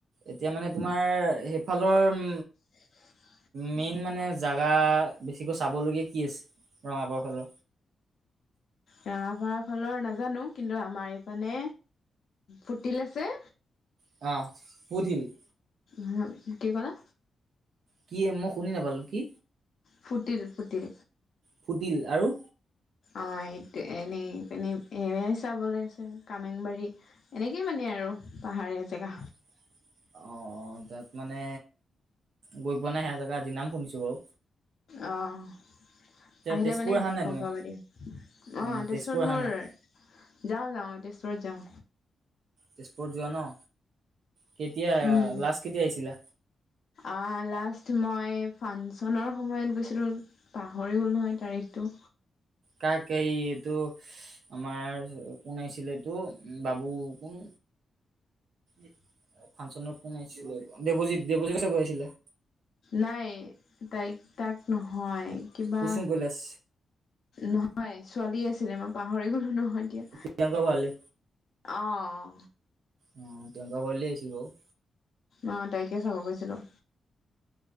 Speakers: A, on the right; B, on the left.
A: এতিয়া মানে, তোমাৰ সেইফালৰ উম
B: <unintelligible>
A: মেইন মানে জাগা বেছিকৈ চাবলগীয়া কি আছে, ৰঙাপাৰাৰ ফালে।
B: ৰঙাপাৰা ফালৰ নাজানো। কিন্তু আমাৰ এইফানে ফুতিল আছে
A: অহ'। <unintelligible>
B: <unintelligible> কি ক'লা?
A: কি এই মই শুনি নাপালো কি?
B: ফুটিল ফুটিল।
A: ফুটিল আৰু?
B: অহ', এইটোৱে এনেই, এনেই এনেই চাবলে আছে। কামেংবাৰী এনেকেই মানে এ আৰু পাহাৰীয়া জেগা।
A: <unintelligible> অ' অ' তাত মানে গৈ পোৱা নাই সেয়া জেগাত আজি নাম শুনিছো বাউ
B: অ' আহিলে
A: তেজপুৰ
B: মানে
A: অহা নাই
B: গম
A: তুমি
B: পাব দিয়ক। অ',
A: উম
B: তেজপুৰত
A: তেজপুৰ অহা
B: মোৰ
A: নাই
B: যাওঁ যাওঁ তেজপুৰত যাওঁ।
A: তেজপুৰত যোৱা ন? কেতিয়া
B: উম
A: লাষ্ট কেতিয়া আহিছিলা
B: আহ লাষ্ট মই ফাংচনৰ সময়ত গৈছিলোঁ পাহৰি গ'ল নহয় তাৰিখটো।
A: কাক এই এইটো আমাৰ কোন আছিলে এইটো বাবু কোন ফাংচন কোন আহিছিল বাৰু দেবজিৎ দেৱজিৎ চাব আহিছিলে।
B: নাই তাইক তাক নহয় কিবা
A: কুচুম কৈলাশ
B: নহয় ছোৱালী আছিলে মই পাহৰি গ'লোঁ নহয় এতিয়া।
A: প্ৰিয়ংকা ভৰালী
B: অঅঁ।
A: অ', প্ৰিয়কা ভৰালী আহিছিল বাৰু।
B: অ তাইকে চাব গৈছিলোঁ।